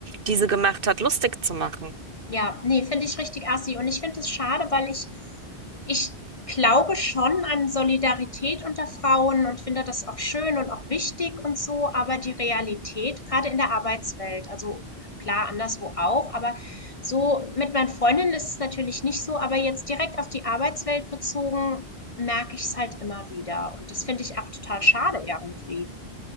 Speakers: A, on the right; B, on the left.
A: die sie gemacht hat, lustig zu machen.
B: Ja, ne, finde ich richtig assi. Und ich finde es schade, weil ich, ich glaube schon an Solidarität unter Frauen und finde das auch schön und auch wichtig und so, aber die Realität, gerade in der Arbeitswelt, also klar, anderswo auch, aber so mit meinen Freundinnen ist es natürlich nicht so, aber jetzt direkt auf die Arbeitswelt bezogen, merke ich es halt immer wieder. Und das finde ich auch total schade irgendwie.